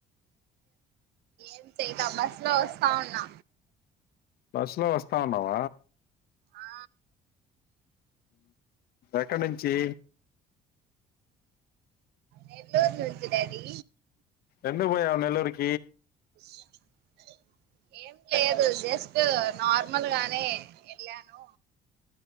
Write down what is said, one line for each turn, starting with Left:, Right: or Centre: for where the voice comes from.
Right: ఏం చేయల బస్లో వస్తా ఉన్నా
Left: బస్లో వస్తా ఉన్నావ
Right: ఆ
Left: ఎక్కడి నుంచి
Right: నెల్లూర్ నుంచి డాడీ
Left: ఎందుక్ పోయావ్ నెల్లూర్కి
Right: <inaudible> ఏం లేదు జస్ట్ నార్మల్ గానే వెళ్ళాను